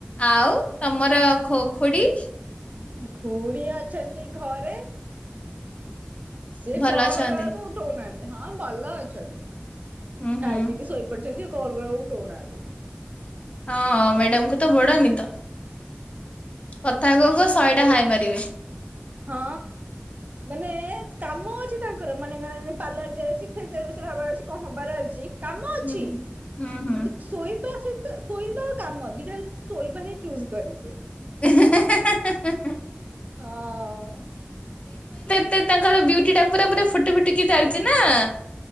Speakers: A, on the left; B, on the right.
A: ଆଉ ତମର ଖୋ ଖୁଡି।
B: ଘୁଡ଼ି ଅଛନ୍ତି ଘରେ। ସିଏ
A: ଭଲ
B: କଲ
A: ଅଛନ୍ତି?
B: କଲା ଵେଲେ ତ ଉଠଉନାହାନ୍ତି। ହଁ ଭଲ ଅଛନ୍ତି।
A: ହୁଁ ହୁଁ।
B: ଖାଇ ପିକି ଶୋଇପଡିଛନ୍ତି ଆଉ। କଲ ଆଉ ଉଠଉ ନାହାନ୍ତି।
A: ହଁ ମ୍ୟାଡାାମଙ୍କୁ ତ ବଡ ନିଦ। କଥା କହୁ କହୁ ଶହେଟା
B: ସବୁ
A: ହାଇ ମାରିବେ।
B: ହଁ ମାନେ କାମ ଅଛି ତାଙ୍କର ମାନେ ଙ୍କର ପାର୍ଲାର ଚାଲିଛି ଫେସିଆଲ୍ ଫେସିଆଲ୍ ହବାର ଅଛି କଣ ହବାର ଅଛି କାମ ଅଛି
A: ହୁଁ ହୁଁ। ହୁଁ ହୁଁ।
B: କିନ୍ତୁ ଶୋଇବା ସହିତ ଶୋଇବା କାମ ଦିଟା ଶୋଇବା ହିଁ ଚୁଜ କରିବେ।
A: ହେ ହେ ହେ ହେ ହେ ହେ
B: ହଁ
A: ମ ତାଙ୍କର ବିୟୁଟି ଟା ପୁରା ପୁରା ଫୁଟି ଫୁଟିକି ଚାଲିଛି ନା--ଆ